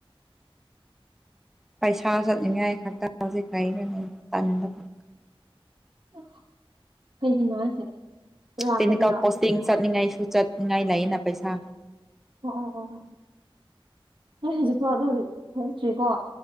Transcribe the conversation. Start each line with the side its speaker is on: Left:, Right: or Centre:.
Centre: ꯄꯩꯁꯥ ꯆꯠꯅꯤꯡꯉꯥꯏ ꯈꯛꯇ ꯍꯧꯖꯤꯛ ꯄꯩꯔ ꯂꯩ ꯇꯥꯟꯕꯅ
Right: <unintelligible> ꯍꯥꯏꯁꯦ ꯂꯥꯛꯄꯒꯤꯔꯣ
Centre: ꯇꯦꯛꯅꯤꯀꯦꯜ ꯄꯣꯁꯇꯤꯡ ꯆꯠꯅꯤꯡꯉꯥꯏꯁꯨ ꯆꯠꯅꯤꯡꯉꯥꯏ ꯂꯩꯌꯦꯅ ꯄꯩꯁꯥ
Right: ꯑꯣ ꯑꯣ ꯑꯣ ꯑꯣ ꯅꯣꯏ ꯍꯧꯖꯤꯛ ꯐꯥꯎ ꯑꯗꯨꯒꯤ ꯊꯣꯛꯇ꯭ꯔꯤꯀꯣ